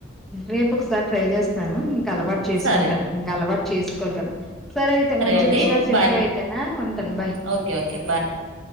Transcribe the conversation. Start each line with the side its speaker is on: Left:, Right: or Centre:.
Centre: రేపు ఒకసారి ట్రై చేస్తాను ఇంక అలవాటు చేసుకుంటాను
Right: సరే
Centre: ఇంక అలవాటు చేసుకోవాలి కదా సరే అయితే మంచి
Right: అండి
Centre: విషయాలు చెప్పే
Right: బాయ్
Centre: అయితేనా ఉంటాను బాయ్
Right: ఓకే ఓకే
Centre: బాయ్